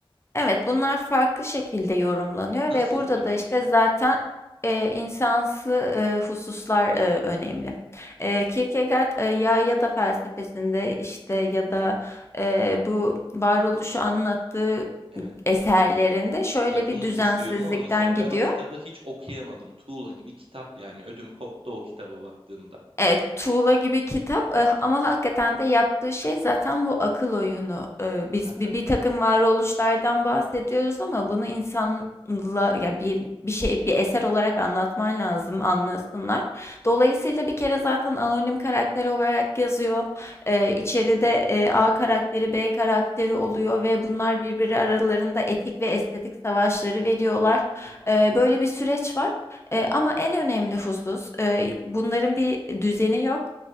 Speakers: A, on the left (about 25°); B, on the right (about 70°).
A: Evet, bunlar farklı şekilde yorumlanıyor
B: Nasıl
A: ve burada
B: yorumlanıyor?
A: da işte zaten e, insansı e, hususlar e, önemli. E, Kierkegaard e, ya ya da felsefesinde işte ya da e, bu varoluşu anlattığı
B: Evet.
A: eserlerinde şöyle
B: Lafını
A: bir düzensizlikten
B: kesiyorum ama mesela
A: gidiyor.
B: ben o kitabı hiç okuyamadım. Tuğla gibi kitap yani. Ödüm koptu o kitaba baktığımda.
A: Evet, tuğla gibi kitap eh, ama hakikaten de yaptığı şey zaten bu akıl oyunu. Eh, biz
B: Aha.
A: bir, bir takım varoluşlardan bahsediyoruz ama bunu insanla ya bir bir şey bir eser olarak anlatman lazım anlasınlar. Dolayısıyla bir kere zaten anonim karakter olarak yazıyor. Eh, içeride eh, A karakteri, B karakteri oluyor ve bunlar birbiri
B: Hı hı,
A: aralarında etik ve estetik savaşları veriyorlar.
B: hı hı.
A: Eh, böyle bir süreç var. Eee, ama en önemli husus, eee, bunların bir düzeni yok.